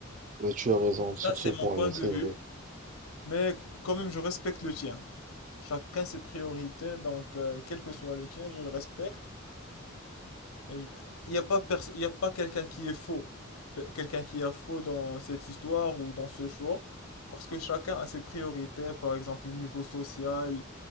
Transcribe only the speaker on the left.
Ça,
c'est
mon point de
vue,
mais quand même, je respecte le tien. Chacun ses priorités, donc euh, quel que soit le tien, je le respecte. Et je- Il n'y a pas, perso- il y a pas quelqu'un qui est faux, Pe- quelqu'un qui est faux dans cette histoire ou dans ce choix, parce que chacun a ses priorités, par exemple le niveau social,